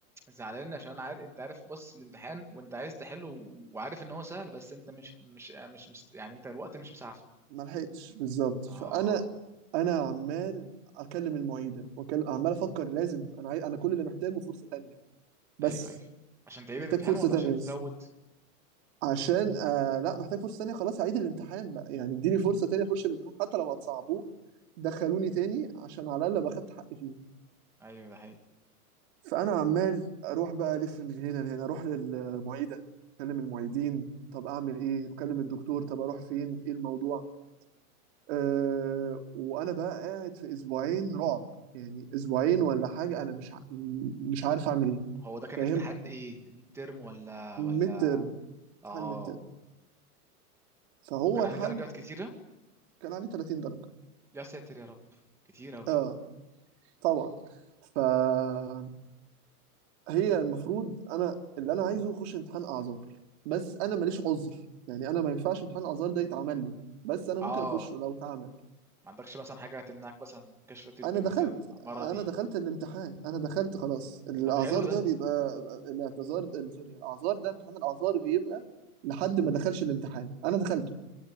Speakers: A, in the centre; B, on the right (about 45°).
A: زعلان عشان انا عارف انت عارف بص الامتحان وانت عايز تحله وعارف ان هو سهل بس انت مش مش مش مست... يعني انت الوقت مش مسعفك
B: ما لحقتش بالظبط فانا
A: اه
B: انا عمال اكلم المعيده واكلم عمال افكر لازم انا عايز انا كل اللي محتاجه فرصه تانية بس
A: ايوه ايوه عشان تعيد
B: محتاج
A: الامتحان
B: فرصه
A: ولا
B: تانية
A: عشان تزود
B: بس عشان آه لا محتاج فرصة تانية خلاص هعيد الامتحان بقى يعني اديني فرصة تانية اخش الامتحان حتى لو هتصعبوه دخلوني تاني عشان على الاقل باخدت حقي فيه
A: ايوه ده حقيقي
B: فانا عمال اروح بقى الف من هنا لهنا اروح للمعيدة اكلم المعيدين طب اعمل ايه اكلم الدكتور طب اروح فين ايه الموضوع أه وانا بقى قاعد في اسبوعين رعب يعني اسبوعين ولا حاجة انا مش ع... م- مش عارف اعمل ايه
A: هو ده كان
B: فاهم
A: امتحان ايه ميد ترم ولا ولا
B: ميد ترم امتحان
A: اه
B: ميد ترم فهو
A: كان عليه
B: الحل
A: درجات كتيره
B: كان عليه 30 درجة
A: يا ساتر يا رب كتير اوي
B: اه طبعا فهي المفروض انا اللي انا عايزه اخش امتحان اعذار بس انا ماليش عذر يعني انا ما ينفعش امتحان اعذار ده يتعمل لي بس انا
A: اه
B: ممكن اخشه لو اتعمل
A: ما عندكش مثلا حاجة هتمنعك مثلا كشف طبي
B: انا
A: مثلا
B: دخلت
A: مرضي
B: انا دخلت الامتحان انا دخلت خلاص الاعذار
A: طب حلو
B: ده
A: ده
B: بيبقى الاعتذار سوري الاعذار ده امتحان الاعذار بيبقى لحد ما دخلش الامتحان انا دخلته